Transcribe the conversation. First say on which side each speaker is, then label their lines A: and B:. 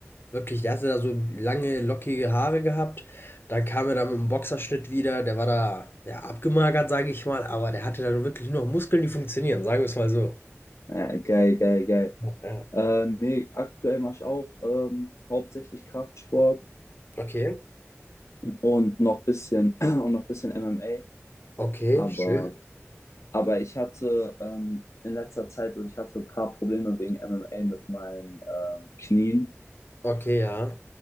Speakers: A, on the left; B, on the left.
A: wirklich, der hatte da so lange, lockige Haare gehabt, dann kam er da mit einem Boxerschnitt wieder, der war da, ja, abgemagert, sag ich mal, aber der hatte dann wirklich nur noch Muskeln, die funktionieren, sagen wir es mal so.
B: Äh, geil, geil, geil.
A: Ja.
B: Äh, nee, aktuell mache ich auch ähm, hauptsächlich Kraftsport
A: Okay,
B: und noch bisschen <clears throat> und noch bisschen MMA.
A: okay,
B: Aber
A: schön.
B: Aber ich hatte ähm, in letzter Zeit und ich hatte ein paar Probleme wegen MMA mit meinen ähm, Knien,
A: Okay, ja.